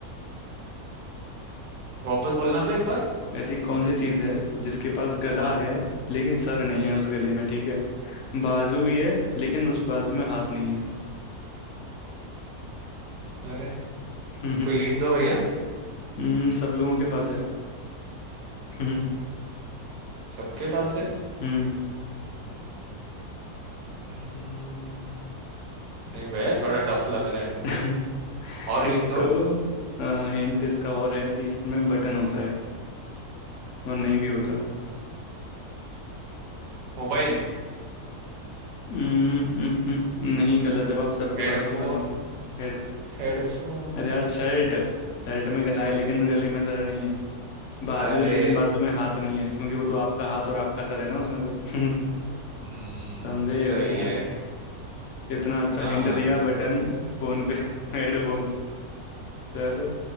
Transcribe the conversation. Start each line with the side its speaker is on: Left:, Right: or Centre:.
Right: वापस बोलना तो एक बार
Left: ऐसी कौन सी चीज है जिसके पास गला
Right: हाँ
Left: है लेकिन सर नहीं है उस गले में ठीक है बाजू भी है लेकिन उस बाजू में हाथ नहीं है <laughs>
Right: अरे
Left: हम्म
Right: कोई हिंट दो भैया
Left: हम्म, सब लोगों के पास है हम्म
Right: सबके पास है
Left: हम्म।
Right: हम्म, नहीं भैया थोड़ा टफ लग रहा है
Left: <laughs>
Right: और हिंट
Left: इसको
Right: दो
Left: हिंट इसका और है कि इसमें बटन होता है और नहीं भी होता
Right: मोबाइल
Left: हम्म, हम्म, हम्म, नहीं गलत जवाब सबके
Right: हेडफोन
Left: पास तो मोबाइल है।
Right: हेडफोन
Left: अरे यार शर्ट शर्ट में गला है लेकिन गले में सर नहीं है बाजू
Right: अरे
Left: है लेकिन बाजू में हाथ नहीं है क्योंकि वो तो आपका हाथ और आपका सर है ना उसमें तो <laughs>
Right: हम्म,
Left: समझे
Right: सही
Left: उसे यार
Right: है
Left: इतना अच्छा
Right: हाँ
Left: हिंट दिया बटन फोन पे <laughs> हेडफोन चलो